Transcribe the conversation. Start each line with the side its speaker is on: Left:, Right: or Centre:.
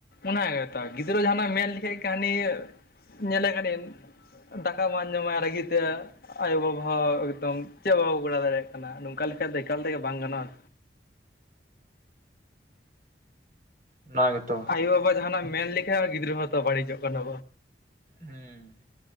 Left: ᱚᱱᱟ ᱜᱮᱛᱚ ᱜᱤᱫᱽᱨᱟᱹ ᱡᱟᱦᱟᱸᱱᱟᱜ ᱢᱮᱱ ᱞᱮᱠᱷᱟᱡ ᱜᱮ ᱟᱹᱦᱱᱤ ᱧᱮᱞᱮ ᱠᱟᱹᱤᱱᱤᱱ ᱫᱟᱠᱟ ᱵᱟᱝ ᱡᱚᱢᱟᱭ ᱨᱟᱹᱜᱤ ᱛᱮ ᱟᱭᱳ-ᱵᱟᱵᱟ ᱦᱚᱸ ᱮᱠᱫᱚᱢ ᱪᱮᱫ ᱵᱟᱠᱚ ᱠᱚᱨᱟᱣ ᱫᱟᱲᱮᱭᱟᱜ ᱠᱟᱱᱟ ᱚᱠᱟᱞ ᱞᱮᱠᱟ ᱮᱠᱟᱞ ᱛᱮᱜᱮ ᱵᱟᱝ ᱜᱟᱱᱚᱜ-ᱟ
Right: ᱚᱱᱟ ᱜᱮᱛᱚ
Left: ᱟᱭᱳ ᱵᱟᱵᱟ ᱡᱟᱦᱱᱟᱜ ᱮ ᱢᱮᱱ ᱞᱮᱠᱷᱟᱡ ᱜᱤᱫᱽᱨᱟᱹ ᱦᱚᱸᱛᱚ ᱵᱟᱹᱲᱤᱡᱚᱜ ᱠᱟᱱᱟ
Right: ᱦᱮᱸ